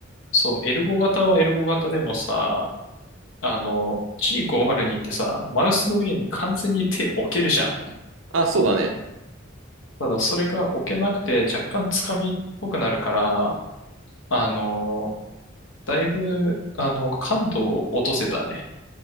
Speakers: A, on the left (about 70°); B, on the right (about 80°).
A: そう、エルゴ型はエルゴ型でもさ、あの、G502 ってさ、マウスの上に完全に手置けるじゃん。
B: あ、そうだね。
A: ただ、それが置けなくて、若干つかみっぽくなるから、あの、だいぶ、あの、感度を落とせたね、